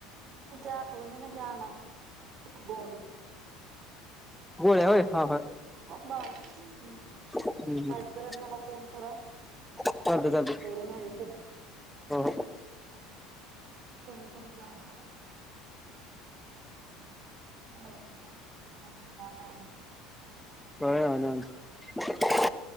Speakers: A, on the right (about 50°); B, in the centre.
A: उद्या आठवणीन आना गोळी..
B: गोळ्या होय
A: हो....
B: हा हा
A: बर हम्म....
B: हम्म हम्म
A: पाहीजे जरा मला फोन करा
B: चालतंय चालतंय
A: हा पोर नाही तर....
B: हो हो
A: कोणीकडुन जाणार.... हो ह.... पाार
B: कय हो...